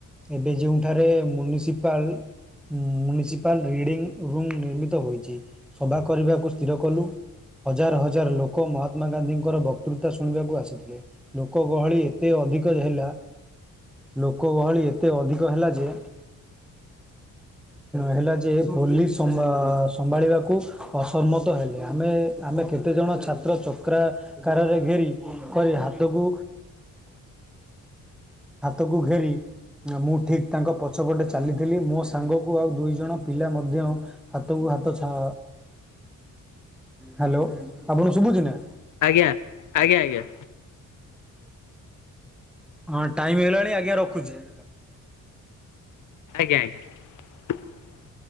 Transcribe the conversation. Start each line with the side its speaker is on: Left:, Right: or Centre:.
Centre: ଏବେ ଯେଉଁଠାରେନିସିପାଲ ମୁନିସିପାଲ ରିଡିଙ୍ଗ ରୁମ୍ ନିର୍ମିତ ହୋଇଛି ସଭା କରିବାକୁ ସ୍ଥିର କଲୁ ହଜାର ହଜାର ଲୋକ ମହାତ୍ମା ଗାନ୍ଧୀଙ୍କର ବକ୍ତୃତା ଶୁଣିବାକୁ ଆସିଥିଲେ। ଲୋକ ଗହଳି ଏତେ ଅଧିକ ହେଲା ଲୋକ ଗହଳି ଏତେ ଅଧିକ ହେଲା ଯେ ହେଲା ଯେ ପୋଲିସ ସମ୍ଭାଳିବାକୁ ଅସମ୍ମତ ହେଲେ ଆମେ ଆମେ କେତେ ଜଣ ଛାତ୍ର ଚକ୍ରା କରେ ଘେରି କରି। ତୋଗୁ। ହାତକୁ ଘେରି ମୁଁ ଠିକ ତାଙ୍କ ପଛପଟେ ଚାଲିଥିଲି ମୋ ସାଙ୍ଗକୁ ଆଉ ଦୁଇ ଜଣ ପିଲା ମଧ୍ୟ ହାତକୁ ହାତଛ ହ୍ୟାଲୋ ଆପଣ ଶୁଭୁଛି ନା।
Left: ଆଜ୍ଞା ଆଜ୍ଞା ଆଜ୍ଞା।
Centre: ହଁ ଟାଇମ ହେଇଲାଣି ଆଜ୍ଞା ରଖୁଛି।
Left: <inaudible>